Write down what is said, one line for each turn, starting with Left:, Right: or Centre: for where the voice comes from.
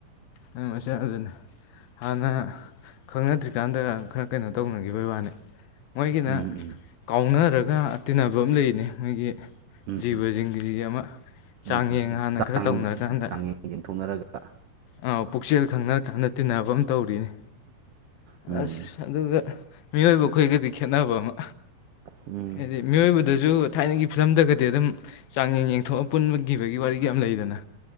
Left: ꯎ ꯃꯁꯦ ꯑꯗꯨꯖꯅꯦ <inaudible> ꯍꯥꯟꯅ ꯈꯪꯅꯗ꯭ꯔꯤꯀꯥꯟꯗ ꯈꯔ ꯀꯩꯅꯣ ꯇꯧꯅꯒꯤꯕꯩ ꯋꯥꯅꯤ ꯃꯣꯏꯒꯤꯅ
Right: ꯎꯝ ꯎꯝ
Left: ꯀꯥꯎꯅꯔꯒ ꯇꯤꯟꯅꯕ ꯑꯃ ꯂꯩꯅꯦ ꯃꯣꯏꯒꯤ
Right: ꯎꯝ
Left: ꯖꯤꯕꯁꯤꯡꯒꯤꯁꯤꯒꯤ
Right: ꯎꯝ
Left: ꯑꯃ
Right: ꯎꯝ
Left: ꯆꯥꯡꯌꯦꯡ
Right: ꯎꯝ
Left: ꯍꯥꯟꯅ
Right: ꯆꯥꯡꯌꯦꯡ
Left: ꯈꯔ ꯇꯧꯅꯔꯀꯥꯟꯗ
Right: ꯆꯥꯡꯌꯦꯡ ꯌꯦꯡꯊꯣꯛꯅꯔꯒ
Left: ꯑꯥ ꯄꯨꯛꯆꯦꯜ ꯈꯪꯅ ꯈꯪꯅ ꯇꯤꯟꯅꯕ ꯑꯃ ꯇꯧꯔꯤꯅ‌‌ꯦ
Right: ꯎꯝ
Left: ꯑꯁ ꯑꯗꯨꯒ ꯃꯤꯑꯣꯏꯕ ꯑꯈꫭꯏꯒꯗꯤ ꯈꯦꯠꯅꯕ ꯑꯃ
Right: ꯎꯝ
Left: ꯍꯥꯏꯗꯤ ꯃꯤꯑꯣꯏꯕꯗꯖꯨ ꯊꯥꯏꯅꯒꯤ ꯐꯤꯂꯝꯗꯒꯗꯤ ꯑꯗꯨꯝ ꯆꯥꯡꯌꯦꯡ ꯌꯦꯡꯊꯣꯛꯑ ꯄꯨꯟꯕꯒꯤꯕꯒꯤ ꯋꯥꯔꯤꯒ ꯌꯥꯝ ꯂꯩꯗꯅ